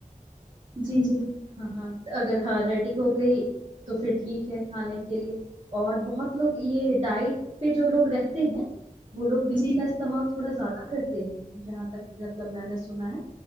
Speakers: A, on the right (about 30°); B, on the right (about 50°).
A: جی جی
B: ہاں ہاں اگر ہاں ریڈی ہو گئی تو پھر ٹھیک ہے کھانے کے لیے اور بہت لوگ یہ ڈائٹ پہ جو لوگ رہتے ہیں وہ لوگ بینس
A: جی
B: کا استعمال تھوڑا زیادہ کرتے ہیں جہاں تک مطلب میں نے سنا ہے